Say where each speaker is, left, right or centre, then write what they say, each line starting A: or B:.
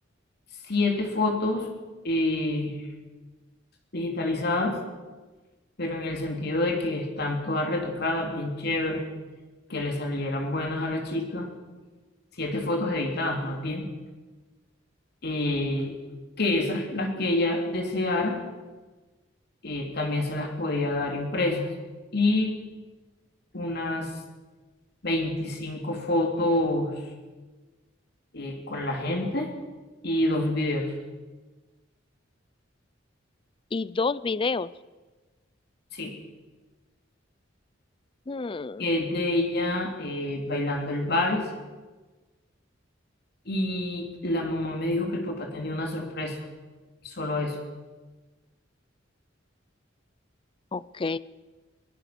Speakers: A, on the left; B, on the left.
A: siete fotos eh, digitalizadas, pero en el sentido de que están todas retocadas, bien chévere, que le salieran buenas a la chica siete fotos editadas más bien, eh, que esas, las que ella deseara, eh, también se las podía dar impresas. Y unas 25 fotos eh, con la gente y dos videos,
B: Y dos videos.
A: sí,
B: Hmm,
A: que es de ella eh, bailando el vals. Y la mamá me dijo que el papá tenía una sorpresa, solo eso.
B: ok.